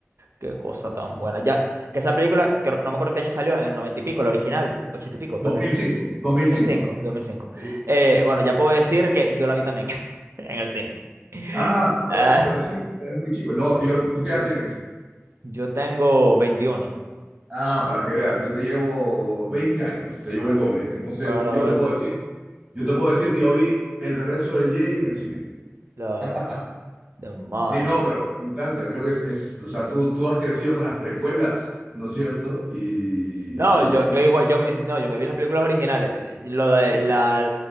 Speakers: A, on the right; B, on the right.
A: Qué cosa tan buena. Ya, que esa película, creo- no me acuerdo en qué año salió, en el noventa y pico, la original, ochenta y pico, tal
B: 2005,
A: vez.
B: 2005.
A: 2005, 2005.
B: Sí.
A: Eh, bueno, ya puedo decir que yo la vi también <laughs> en el cine. <laughs>
B: Ah, tú no lo habías visto de cinco, es muy chico. No, es que yo, ¿tú qué edad tienes?
A: Yo tengo 21.
B: Ah, para que veas, yo te llevo 20 años, te llevo
A: Bueno,
B: el doble. Entonces,
A: bueno, no,
B: yo
A: por
B: te puedo
A: eso.
B: decir, yo te puedo decir que yo vi El regreso del Jedi en el cine.
A: Lo...
B: <laughs>
A: Demonios.
B: Sí, no, pero me encanta, creo que es, es- o sea, tú, tú has crecido con las precuelas, ¿no es cierto? Y,
A: No,
B: y-
A: yo, yo igual, yo me, no, yo me vi las películas originales. Lo de
B: Sí,
A: la,